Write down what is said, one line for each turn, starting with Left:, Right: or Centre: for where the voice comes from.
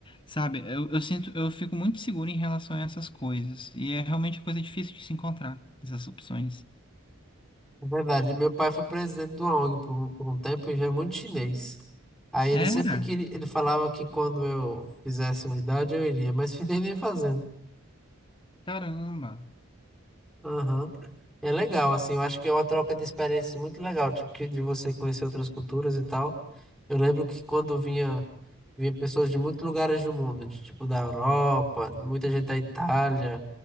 Left: sabe, eu, eu sinto, eu fico muito seguro em relação a essas coisas. E é realmente coisa difícil de se encontrar, essas opções.
Centre: É verdade, meu pai foi presidente de uma ONG por um, por um tempo e já é muito chinês. Aí ele
Left: Era?
Centre: sempre queria, ele falava que quando eu fizesse uma idade eu iria, mas <laughs> fiquei nem fazendo.
Left: Caramba,
Centre: Aham. É legal, assim, eu acho que é uma troca de experiências muito legal, tipo, que de você conhecer outras culturas e tal. Eu lembro que quando vinha, vinha pessoas de muitos lugares do mundo, de, tipo da Europa, muita gente da Itália,